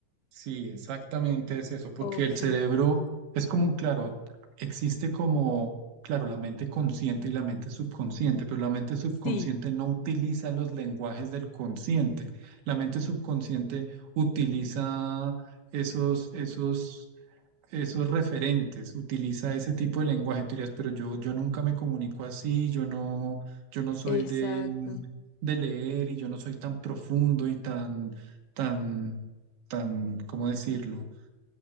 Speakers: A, on the right; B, on the left.
A: Sí, exactamente es eso, porque
B: Ok.
A: el cerebro es como, claro, existe como, claro, la mente consciente y la mente subconsciente, pero la mente subconsciente
B: Sí,
A: no utiliza los lenguajes del consciente. La mente subconsciente utiliza esos, esos esos referentes, utiliza ese tipo de lenguaje, tú dirías, pero yo, yo nunca me comunico así, yo no, yo no soy
B: exacto.
A: de, mm, de leer y yo no soy tan profundo y tan, tan, tan, ¿cómo decirlo?